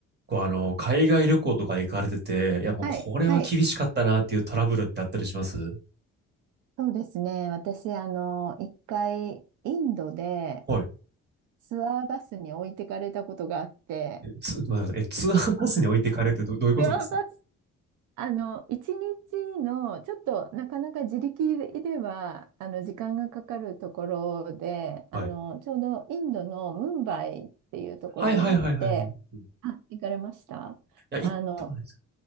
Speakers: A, on the right; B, on the right.
A: こうあの、海外旅行とか行かれてて、いやもうこれは厳しかったなっていうトラブルってあったりします
B: はい、はい。そうですね。私、あの、一回、インドで
A: はい。
B: ツアーバスに置いてかれたことがあって、
A: えつ、まあ、え、ツアーバスに置いてかれるってど、どういうことです
B: ツアーバス、あの、一日の、ちょっとなかなか自力では、あの、時間がかかるところで、あの、
A: はい。
B: ちょうどインドのムンバイっていうところに行って、
A: はいはいはいはいはい。うんい
B: あ、行かれましたあの、
A: や、行ったことないです。